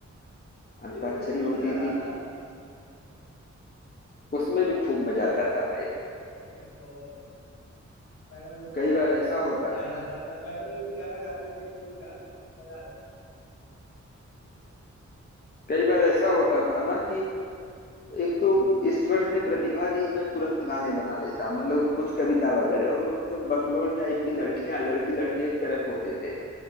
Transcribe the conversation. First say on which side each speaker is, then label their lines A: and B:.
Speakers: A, on the left (about 35°); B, on the left (about 50°).
A: अंताक्षरी
B: ये तो मैं भूल
A: होती
B: ही जा रहा
A: थी
B: था
A: उसमें भी खूब मजा आता था भाई
B: अरे बहुत मैडम लोग के
A: कई
B: साथ
A: बार ऐसा
B: करने में
A: होता
B: मजा
A: था
B: आ जाता था मैडम लोग भी गाना गाती थी हम लोग भी गाते थे मजा आ जाता
A: कई बार ऐसा होता था ना कि एक तो
B: था
A: ईश्वर ने प्रतिभा दी है मैं तुरंत गाने बना लेता मतलब कुछ कविता वगैरह और उस वक्त बकलोल टाइप की लड़कियां लड़की लड़के एक तरफ होते थे